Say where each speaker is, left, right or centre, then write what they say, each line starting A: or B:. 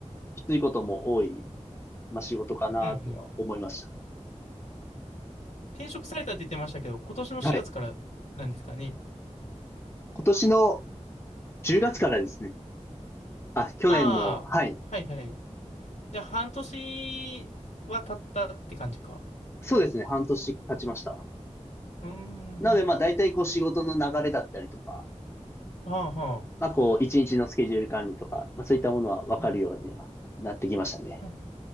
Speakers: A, on the left; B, on the left.
A: う、きついことも多い、まあ、仕事かなとは思いました。
B: うんうん。転職されたって言ってましたけど、今年の4月からなんですかね。
A: はい。今年の10月からですね。あ、去年の、
B: ああ、
A: はい。
B: はいはい。じゃあ、半年は経ったって感じか。
A: そうですね、半年経ちました。
B: うーん。
A: なので、まあ、大体こう仕事の流れだったりとか、
B: ああ、は
A: まあ、こう、一日のスケジュール管理とか、まあ、そういったものは分かるようにはなってきましたね。
B: あ。はい。うん。